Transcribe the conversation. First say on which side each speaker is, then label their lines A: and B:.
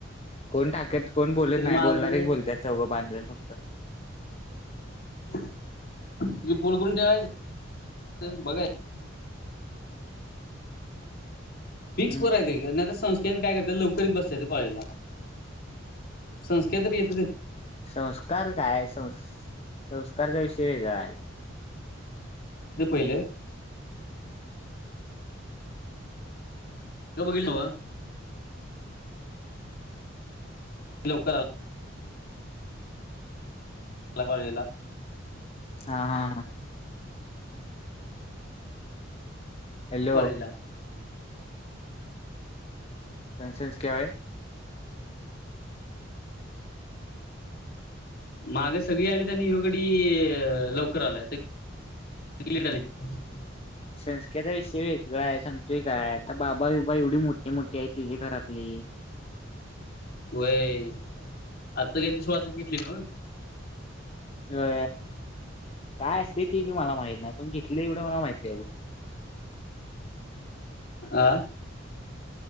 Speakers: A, on the left (about 30°); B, on the left (about 55°).
A: कोण टाकत कोण बोलत
B: तरी मागे
A: नाही बोलणारच बोलत चौघं पाचजण फक्त <unintelligible>
B: तुझे पोलकुंट आहे बघाय <unintelligible> फिक्सराय
A: हम्म
B: का नाही <unintelligible> संस्थे काय करत लवकरच बसत येत कॉलेजला संकेत तर येतच येत <unintelligible>
A: संस्कार काय आहे सं संस्कारचा विषय काय <unintelligible>
B: इ पले <unintelligible> का बघितलं <unintelligible> लवकर <unintelligible> ला <unintelligible>
A: हा हा हा <unintelligible> हॅलो
B: पला <unintelligible>
A: सनसेनस क्यावाय <unintelligible>
B: माग सगळी आली त्यांनी हगडी अ लवकर आलाय <unintelligible> हंगलीडली <inaudible> <inaudible> <unintelligible>
A: संस्कृत विषय व <unintelligible> तय सांगतोय काय आता बाबा बबा एवढी मोठी मोठी आहे तिी घरातली <unintelligible>
B: वय आत्ता त्यांनी स्वचा घेतली ना <unintelligible>
A: अ काय असते ती बी मला माहत नाही पण घथले एवढे मला माहिती आहे अ <unintelligible>
B: आ <unintelligible>